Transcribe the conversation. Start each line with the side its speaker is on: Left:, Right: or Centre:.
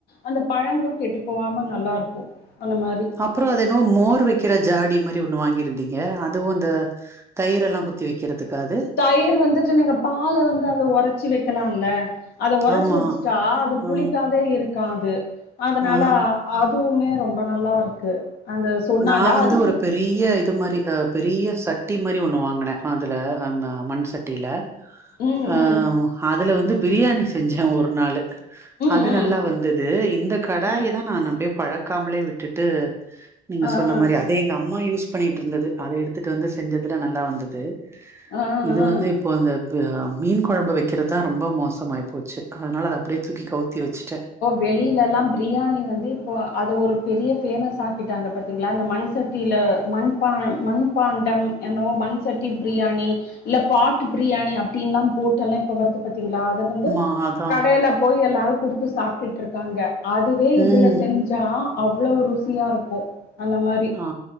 Left: அந்த பழங்களும் கெட்டு போகாம நல்லாருக்கு அந்த மாரி
Right: அப்றோ அது எதோ மோர் வை வைக்கிற ஜாடி மாரி ஒண்ணு வாங்கிருந்தீங்க அதுவு அந்த தயிர் எல்லா குத்தி வைக்கிறதுக்காது
Left: தயிர் வந்துட்டு நீங்க பால வந்து அத ஒரைச்சி வைக்கலால அத ஒரைச்சி
Right: ஆமா
Left: வச்சுட்டா அது புளிக்காதே
Right: ஆ
Left: இருக்காது அதனால
Right: ஆ
Left: அதுவுமே ரொம்ப நல்லாருக்கு அந்த சொன்னாங்க
Right: நா வந்து
Left: அதுக்கு
Right: ஒரு பெரு பெரிய இது மாரி அ பெரிய சட்டி மாரி ஒண்ணு வாங்குனே அதில மண் சட்டில
Left: ம்
Right: ஆ
Left: ம்
Right: அதுல வந்து பிரியாணி செஞ்சே ஒரு நாளு அது
Left: ம்
Right: நல்லா வந்தது இந்த கடாயீதா
Left: ம்
Right: நா அப்டியே பழக்காமலே விட்டுட்டு நீங்க
Left: ஆ
Right: சொன்ன
Left: ஆ
Right: மாரி அத எங்க அம்மா யூஸ் பண்ணிட்டு இருந்தது அத எடுத்துட்டு வந்து செஞ்சதுல நல்லா வந்தது
Left: ஆ
Right: இது
Left: ஆ
Right: வந்து இப்போ அந்த அ மீன் குழம்பு வைக்றது தா ரொம்ப மோசமாய் போச்சு அதனால அத அப்டியே தூக்கி கவுத்தி வச்சுட்டே
Left: வெளியிலல்லா பிரியாணி வந்து இப்போ அது ஒரு பெரிய பேமஸ் ஆக்கிட்டாங்க பத்தீங்ளா இந்த மண்சட் சட்டில மண்பான மண்பாண்டம் என்னவோ மண் சட்டி பிரியாணி இல்ல பாட்டு் பிரியாணி அப்டீன்ல்லா போட்டு எல்லா இப்ப வருது பாத்தீங்ளா அத வந்து
Right: ஆ அதா
Left: மேல போய் எல்லாரு குடுத்து சாப்ட்டுட்ருக்காங்க அதுவே இதுல
Right: ம்
Left: செஞ் ஞ்சா அவ்ளோவு ருசியாருக்கு அந்த மாரி
Right: ஆ